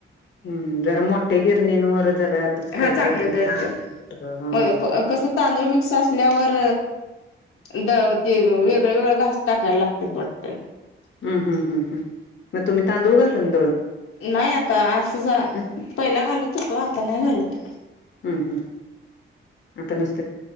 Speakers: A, on the left; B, on the left.
A: हम्म जरा मोठ्या गिरणींवर जरा आतच
B: हा
A: करत्यात
B: चांगलं
A: ओ
B: दळत्यात
A: हा
B: मग कस तांदूळ मिक्स असल्यावर द ते वेगळ वेगळ घास टाकायला लागत वाटते
A: हम्म हम् हम् हम् मग तुम्ही तांदुळ घालतन
B: नाही आता असं जा
A: हं
B: पहिला घालत होतो आता नाही घालत
A: हं हं आता नुस